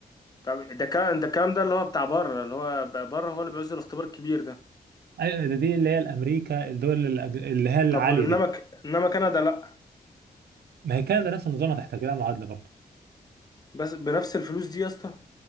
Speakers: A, on the left (about 25°); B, on the right (about 75°).
A: طب ده الكلام ده الكلام ده اللي هو بتاع بره اللي هو ب- بره هو اللي بيعوز الاختبار الكبير ده
B: <laughs> أيوة ده دي اللي هي الأمريكا الدول الأج- اللي هي العالية
A: طب إنما
B: دي
A: ك... إنما كندا لأ
B: ما هي كندا نفس النظام هتحتاج لها معادلة برضه
A: بس بنفس الفلوس دي يا اسطى